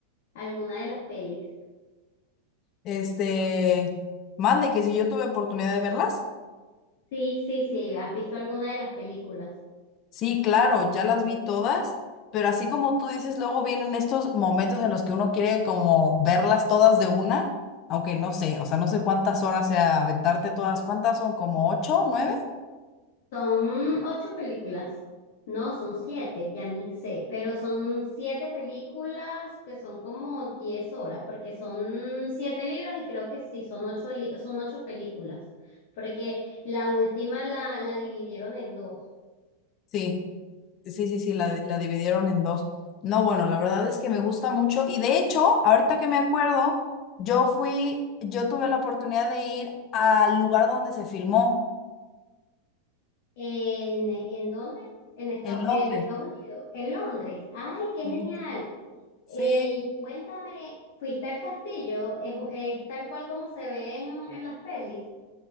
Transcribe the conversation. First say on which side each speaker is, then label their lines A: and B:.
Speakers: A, on the left; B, on the left.
A: alguna de las pelis.
B: Este, mande que si yo tuve oportunidad de verlas.
A: Sí, sí, sí, ¿has visto alguna de las películas?
B: Sí, claro, ya las vi todas, pero así como tú dices, luego vienen estos momentos en los que uno quiere como verlas todas de una, aunque no sé, o sea, no sé cuántas horas sea aventarte todas, ¿cuántas son? ¿Como ocho, nueve?
A: Son ocho películas, no, son siete, ya ni sé, pero son siete películas que son como diez horas, porque son siete libros y creo que sí, son ocho, li- son ocho películas, porque la última la, la dividieron en dos.
B: Sí, sí, sí, sí, la, la dividieron en dos. No, bueno, la verdad es que me gusta mucho y de hecho, ahorita que me acuerdo, yo fui, yo tuve la oportunidad de ir al lugar donde se filmó,
A: ¿En, en dónde? En, Estados
B: en Londres.
A: en Estados Unidos, en Londres. ¡Ay, qué
B: Sí,
A: genial! Eh,
B: Sí,
A: y cuéntame, ¿fuiste al castillo? ¿Es, es tal cual como se ve en en las pelis?